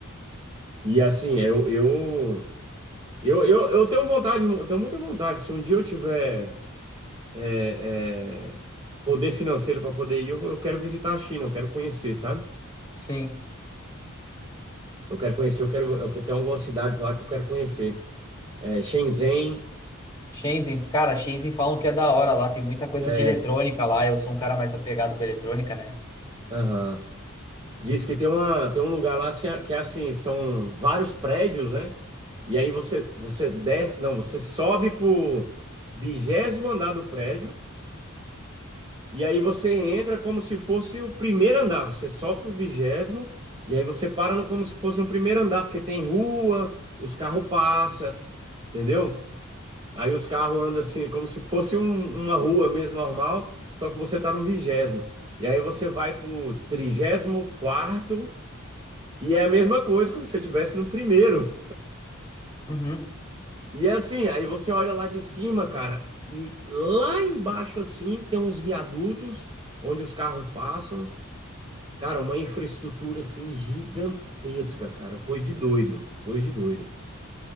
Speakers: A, on the right; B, on the left.
A: e assim, eu, eu, eu, eu, eu tenho vontade, eu tenho muita vontade. Se um dia eu tiver é, é, poder financeiro para poder ir, eu, vou- eu quero visitar a China, eu quero conhecer, sabe?
B: Sim.
A: Eu quero conhecer, eu quero, eu quero, tem algumas cidades lá que eu quero conhecer. É, Shenzhen,
B: Shenzhen, cara, Shenzhen falam que é da hora lá. Tem muita coisa
A: é,
B: de eletrônica lá. Eu sou um cara mais apegado com eletrônica, né?
A: aham. Diz que tem uma, tem um lugar lá assim, que é assim, são vários prédios, né? E aí você você desce, não, você sobe pro vigésimo andar do prédio e aí você entra como se fosse o primeiro andar. Você sobe pro vigésimo e aí você para no- como se fosse um primeiro andar, porque tem rua, os carros passam, entendeu? Aí os carros andam assim, como se fosse um- uma rua mesmo normal, só que você tá no vigésimo. E aí você vai pro trigésimo quarto e é a mesma coisa que você tivesse no primeiro.
B: Uhum.
A: E é assim, aí você olha lá de cima, cara, e lá embaixo assim tem uns viadutos onde os carros passam. Cara, uma infraestrutura assim gigantesca, cara, coisa de doido, coisa de doido.